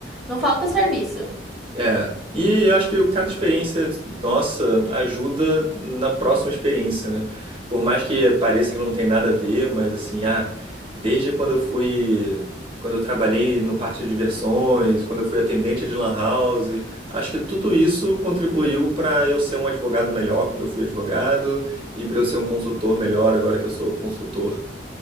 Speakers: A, in the centre; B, on the right.
A: Não falta serviço.
B: É, e eu acho que cada experiência nossa ajuda na próxima experiência, né? Por mais que pareça que não tem nada a ver, mas assim, ah, desde quando eu fui, quando eu trabalhei no parque de diversões, quando eu fui atendente de lan house, acho que tudo isso contribuiu para eu ser um advogado melhor quando eu fui advogado e para eu ser um consultor melhor agora que eu sou consultor,